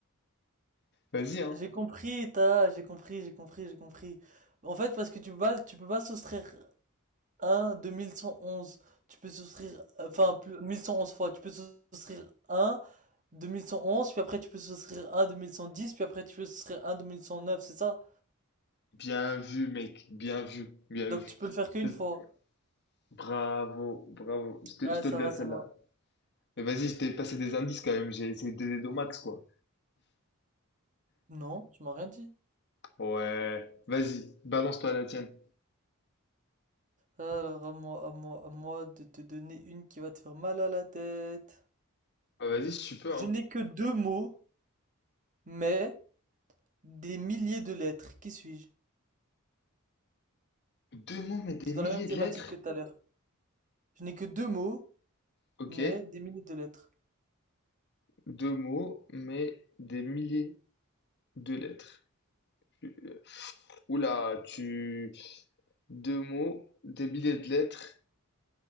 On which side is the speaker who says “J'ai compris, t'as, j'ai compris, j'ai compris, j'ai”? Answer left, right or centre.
Right